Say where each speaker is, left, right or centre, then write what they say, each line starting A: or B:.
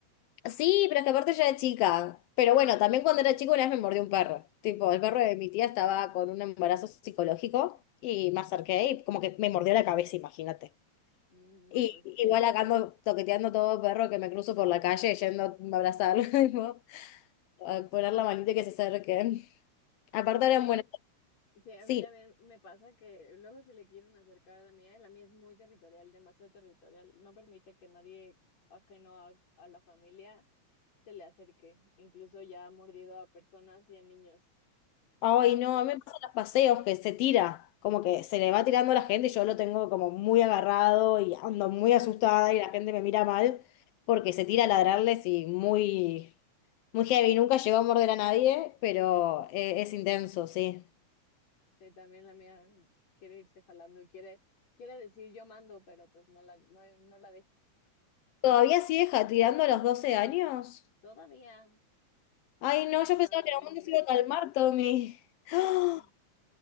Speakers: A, on the left; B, on the left.
A: Sí, pero es que aparte ya era chica. Pero bueno, también cuando era chico una vez me mordió un perro. Tipo, el perro de mi tía estaba con un embarazo psicológico y me acerqué y como que me mordió la cabeza, imagínate.
B: Mm, No,
A: Y
B: pues.
A: igual acá ando toqueteando todo perro que me cruzo por la calle yendo a abrazarlo, <laughs> tipo, a poner la manita y que se acerque. Aparte
B: A mí,
A: eran buenas.
B: Sí, a
A: Sí.
B: mí también me pasa que luego se le quieren acercar a la mía y la mía es muy territorial, demasiado territorial. No permite que nadie ajeno a, a la familia se le acerque. Incluso ya ha mordido a personas y a niños.
A: Ay,
B: Eh,
A: no, a mí me pasan los paseos que se tira, como que se le va tirando a la gente y yo lo tengo como muy agarrado y ando muy asustada y la gente me mira mal porque se tira a ladrarles y muy, muy heavy. Nunca llegó a morder a nadie, pero eh, es intenso, sí.
B: eh, también la mía quiere irse jalando y quiere, quiere decir yo mando, pero pues no la, no, no la dejo.
A: ¿Todavía sigue ja- tirando a los 12 años?
B: Todavía,
A: Ay,
B: afortunadamente.
A: no, yo pensaba que en algún momento se iba a calmar, Tommy. <laughs>
B: No,